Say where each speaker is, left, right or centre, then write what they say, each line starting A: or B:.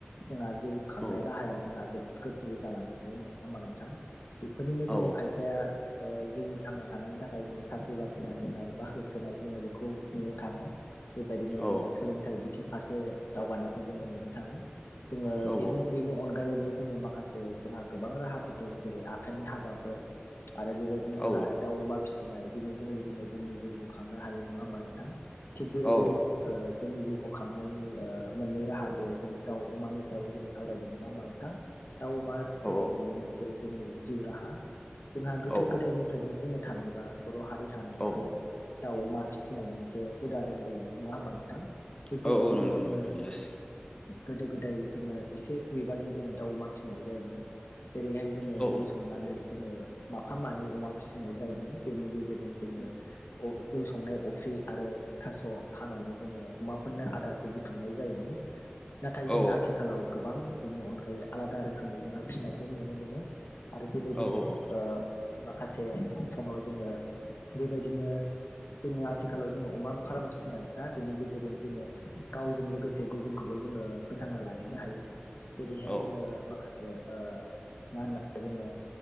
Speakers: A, on the left; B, on the left.
A: जोंहा जिउ खांनाय
B: औ
A: राहाया जोंहा जोबोद गोरलैबो जालांदों नङा होनबा नोंथां? बेफोरनिनो
B: औ
A: जोङो खायफाया ओ जिउनि थांना थानायनि थाखाय जोङो साख्रि बाख्रि नागिरनाय बा होसोनाय जोङो बेखौ नुनो थाङो। बेबायदिनो
B: औ
A: जोङो सोलोंथाइ बिथिं फारसे दावगानायखौ जोङो नुनो थाङो। जोङो
B: औ
A: बेजों बेनि अनगायैबो जोङो माखासे जोंहा गोबां राहाफोर दं जेरै आखाइनि हाबाफोर आरो बेबायदिनो जोंहा
B: औ
A: दाउ अमा फिसि नाय बिनि जोहै जोङो जोंनि जिउखौ खांनो हायो नङा होमबा नोंथां थिग ओ बेबायदिनो
B: औ
A: जोंनि जिउखौ खांनायनि ओ मोननै राहा जे जों दाउ अमानि सायाव जों सावरायदों नङा होमबा नोंथां दाउ अमा फिनाय
B: औ
A: बेयो मोनसे जोंनि जिउ राहा जोंहा गोदो
B: औ
A: गोदायनिफ्रायनो बुंनो थाङोबा बर' हारिहा मोनसे
B: औ
A: दाउ अमा फिसिनाय मोनसे हुदा दंबोयो नङा होमबा नोंथां? थिग
B: औ
A: बेबायदिनो
B: औ नंगौ
A: जोङो
B: नंगौ येस
A: गोदो गोदाय जोङो एसे बिबांनि जोङो दाउ अमा फिसिनाय जायोमोन। जेरैहाय जोङो
B: औ
A: जौ संनानै जोङो माफा मानै अमा फिसिनाय जायोमोन बेनि गेजेरजों जोङो जौ संनाय अफ्रि आरो थास' हानानै जोङो अमाफोरनो आदारखौ बुथुमनाय जायोमोन। नाथाय जोङो
B: औ
A: आथिखालाव गोबां बिनि अनगायै आलादा रोखोमै जोङो फिसिनायखौ नुनो मोनो। आरो बेबायदिनो
B: औ औ
A: ओ
B: औ
A: माखासे समाव जोङो बेबायदिनो जोङो आथिखालाव जोङो अमा फार्म फिसिनाय ना बेनि गेजेरजों जोङो गावजों लोगोसे गुबुनखौबो जोङो फोथांना लाखिनो हायो। जेरैहाय
B: औ
A: जोङो माखासे ओ मा होननानै बुङो?